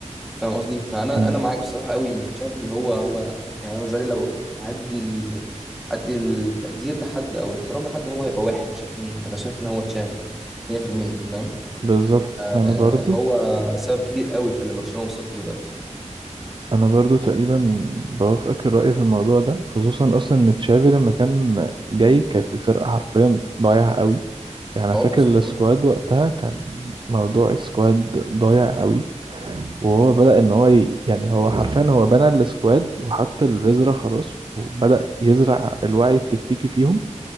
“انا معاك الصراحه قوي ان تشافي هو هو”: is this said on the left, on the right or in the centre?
Centre